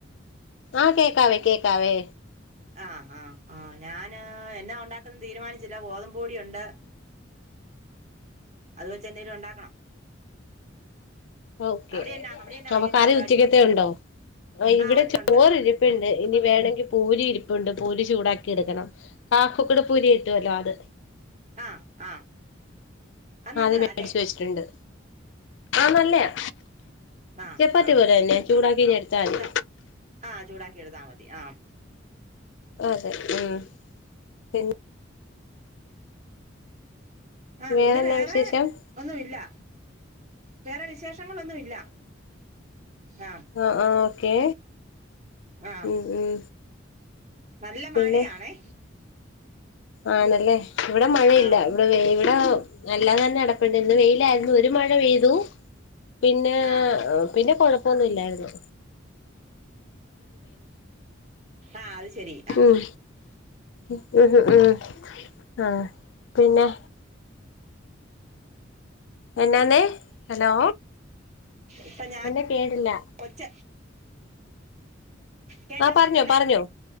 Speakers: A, on the left; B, on the right.
A: ആഹ് കേക്കാവേ കേക്കാവേ
B: ആഹ് ആഹ് ആഹ് ഞാന് എന്നാ ഒണ്ടാക്കുന്ന് തീരുമാനിച്ചില്ല ഗോതമ്പ് പൊടിയൊണ്ട് അതുവെച്ചെന്നേലും ഒണ്ടാക്കണം
A: ഓക്കെ
B: അവിടെ എന്നാ അവിടെ എന്നാ
A: അപ്പം
B: വൈകിട്ട്
A: കറി
B: പരിപാടി
A: ഉച്ചക്കത്തെ ഒണ്ടോ ആഹ് ഇവിടെ
B: ആ ഉണ്ട്
A: ചോറിരി
B: ഉണ്ട്
A: പ്പ്ണ്ട് ഇനി വേണെങ്കി പൂരി ഇരിപ്പുണ്ട് പൂരി ചൂടാക്കി എടുക്കണം ആഹ് കുക്കട പൂരി ആയിട്ട് വെല്ലോം ആത്
B: ആഹ് ആഹ് നല്ലതാ
A: അത് മേടിച്ചു
B: അല്ലേ
A: വെച്ചിട്ടുണ്ട് ആഹ് നല്ലെയാ
B: ആഹ്
A: ചപ്പാത്തി
B: ആഹ്
A: പോലെന്നെയാ ചൂടാക്കി ഇങ്ങെടുത്താ മതി
B: ച ആഹ് ചൂടാക്കി എടുത്താ മതി ആഹ്
A: അതെ ഉം പിന്നെ
B: ആഹ്
A: വേറെന്നാ
B: പിന്നെ വേറെ
A: വിശേഷം
B: ഒന്നുവില്ലാ വേറെ വിശേഷങ്ങളൊന്നുവില്ല ആഹ്
A: ആഹ് ആഹ് ഓക്കേ
B: ആഹ്
A: ഉം ഉം
B: നല്ല
A: പിന്നെ
B: മഴയാണേ
A: ആണല്ലേ ഇവിടെ മഴയില്ല
B: ആഹ്
A: ഇവിടെ വെയ് ഇവിടെ അല്ലാതെ തന്നെ അടപ്പ്ണ്ട് ഇന്ന് വെയിലാരുന്നു ഒരു മഴ പെയ്തു പിന്നേ
B: ആഹ്
A: പിന്നെ കൊഴപ്പൊന്നുല്ലാരുന്നു
B: ആഹ് അത്ശെരി
A: ഉം ഉം ഉം ഉം ആഹ് പിന്നെ എന്നാന്നേ ഹലോ
B: ഇപ്പം ഞാ
A: എന്നാ കേട്ടില്ല
B: ഒച്ച കേക്കാൻ
A: ആ പറഞ്ഞോ
B: പറ്റില്ലേ
A: പറഞ്ഞോ